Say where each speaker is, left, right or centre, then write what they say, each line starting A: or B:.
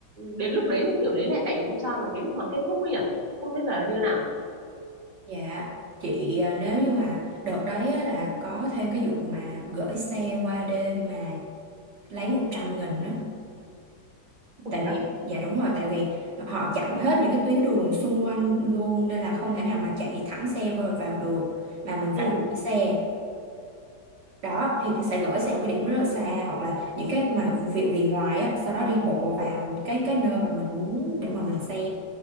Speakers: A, on the right (about 25°); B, on the right (about 70°).
A: đến lúc đấy thì kiểu đấy lẻ tẻ thì không sao mà cái lúc mà kết thúc ấy nhỉ không biết giờ là như nào
B: Dạ, chị à, nếu như mà đợt đấy á, là có thêm cái vụ mà gửi xe qua đêm mà lấy một trăm nghìn á.
A: ủa
B: Tại
A: thế à
B: vì, dạ đúng rồi, tại vì họ chặn hết những cái tuyến đường xung quanh luôn nên là không thể nào mà chạy thẳng xe vào, vào được mà mình phải
A: ừ
B: gửi xe. Đó, thì cái- sẽ gửi xe một cái điểm rất là xa hoặc là những cái mà vụ việc về ngoài á, sau đó đi bộ vào cái cái nơi mà mình muốn để mà mình xem.